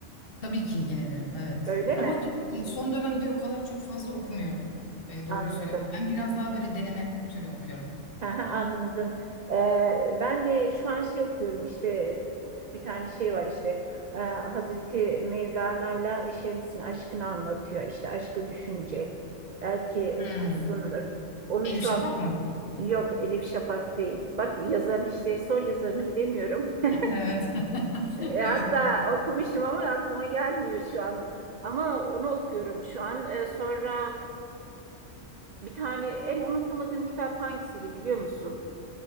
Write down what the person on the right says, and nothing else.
Öyle mi?
Anladım.
Aha, Anladım. Ee, ben de şu an şey okuyorum işte e, bir tane şey var işte e, Hazreti Mevlana'yla Şems'in aşkını anlatıyor. İşte aşkı düşünce. Belki okumuşsundur.
Onu
şu
an
yok Elif Şafak değil. Bak yazarın işte sor yazarını bilemiyorum. <laughs>
E,
Hatta okumuşum ama aklıma gelmiyor şu an. Ama onu okuyorum şu an. E, sonra e, bir tane en unutamadığım kitap hangisiydi biliyor musun?